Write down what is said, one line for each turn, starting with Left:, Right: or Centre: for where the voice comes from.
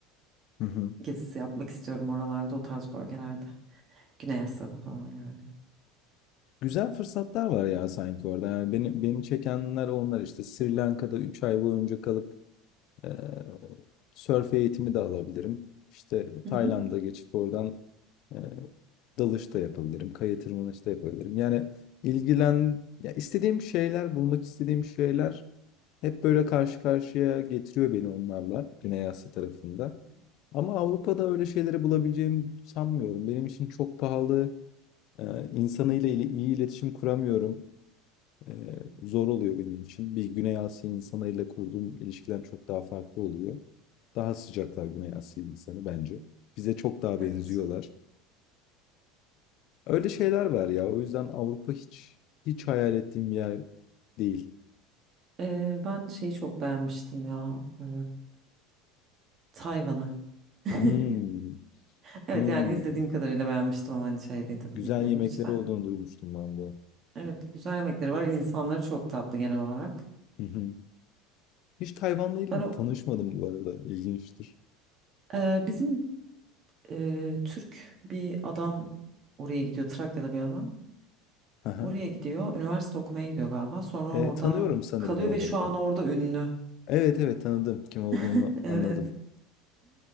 Left: Hı hı.
Right: gezisi yapmak istiyorum oralarda, o tarz bölgelerde. Güney Asya'da falan yani.
Left: Güzel fırsatlar var ya sanki orada. Yani beni, beni çekenler onlar işte. Sri Lanka'da 3 ay boyunca kalıp eee sörf eğitimi de alabilirim. İşte
Right: Hı
Left: Tayland'a
Right: hı.
Left: geçip oradan eee dalış da yapabilirim. Kaya tırmanış da yapabilirim. Yani ilgilen, ya istediğim şeyler, bulmak istediğim şeyler Hep böyle karşı karşıya getiriyor beni onlarla Güney Asya tarafında.
Right: Hı hı,
Left: Ama Avrupa'da öyle şeyleri bulabileceğimi sanmıyorum. Benim için çok pahalı. Ee, insanıyla ile iyi iletişim kuramıyorum. Ee,
Right: hı hı,
Left: zor oluyor benim için. Bir Güney Asya insanıyla kurduğum ilişkiden çok daha farklı oluyor. Daha sıcaklar Güney Asya insanı bence. Bize çok daha
Right: evet.
Left: benziyorlar. Öyle şeyler var ya. O yüzden Avrupa hiç hiç hayal ettiğim bir yer değil.
Right: Ee, ben şeyi çok beğenmiştim ya. Ee, Tayvan'ı. <laughs>
Left: Hmm,
Right: Evet
Left: hmm.
Right: yani izlediğim kadarıyla beğenmiştim ama hani şey değil tabii
Left: Güzel
Right: gitmedim
Left: yemekleri
Right: hiç de.
Left: olduğunu duymuştum ben de.
Right: Evet güzel yemekleri var. İnsanları çok tatlı genel olarak.
Left: Hı hı. Hiç Tayvanlı il-
Right: Ben o
Left: tanışmadım bu arada. İlginçtir.
Right: Ee, bizim e, Türk bir adam oraya gidiyor. Trakyalı bir adam.
Left: Hı hı.
Right: Oraya gidiyor. Üniversite okumaya gidiyor galiba. Sonra
Left: E,
Right: orada
Left: tanıyorum sanırım
Right: kalıyor
Left: o
Right: ve
Left: adamı
Right: şu an
Left: ben.
Right: orada ünlü.
Left: Evet evet tanıdım. Kim olduğunu
Right: <laughs> Evet.
Left: anladım.